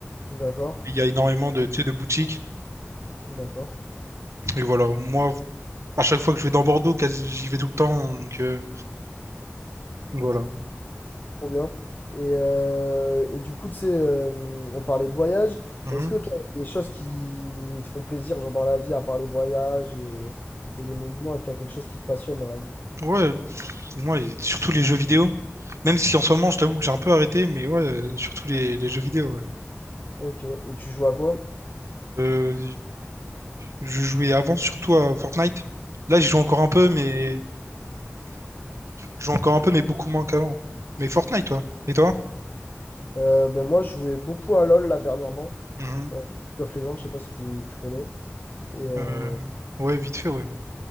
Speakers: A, on the left (about 45°); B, on the right (about 85°).
A: d'accord,
B: Il y a énormément de, tu sais, de boutiques.
A: d'accord.
B: Et voilà, moi, à chaque fois que je vais dans Bordeaux, quasi, j'y vais tout le temps, donc... euh, donc Voilà.
A: Trop bien. Et, euh, et du coup, tu sais, euh, on parlait de voyage.
B: Mhm.
A: Est-ce que toi, il y a des choses qui te font plaisir, genre dans la vie, à part les voyages et, et les monuments, est-ce qu'il y a quelque chose qui te passionne dans la vie?
B: Ouais, pour moi, et surtout les jeux vidéo. Même si en ce moment, je t'avoue que j'ai un peu arrêté, mais ouais, surtout les, les jeux vidéo. ouais.
A: Ok. Et tu joues à quoi?
B: Euh, je jouais avant surtout à Fortnite. Là, j'y joue encore un peu, mais je joue encore un peu, mais beaucoup moins qu'avant. Mais Fortnite, toi. Et toi?
A: Euh, ben moi, je jouais beaucoup à LoL là dernièrement.
B: Mhm.
A: Euh, League of Legends, je sais pas si tu, tu connais. Et, euh,
B: Euh, Ouais, vite fait, ouais.